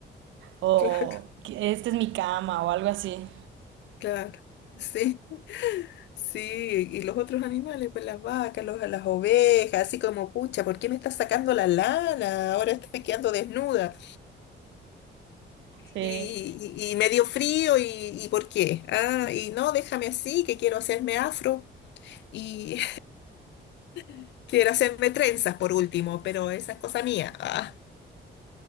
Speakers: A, on the right; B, on the left.
A: o
B: claro,
A: esta es mi cama o algo así.
B: claro. Sí, sí, y los otros animales, pues las vacas, los- las ovejas, así como, pucha, ¿por qué me estás sacando la lana? Ahora estoy quedando desnuda
A: Sí,
B: y, y, y me dio frío y, y ¿por qué? Ah, y no, déjame así, que quiero hacerme afro. Y <laughs> quiero hacerme trenzas por último, pero esa es cosa mía. Ah,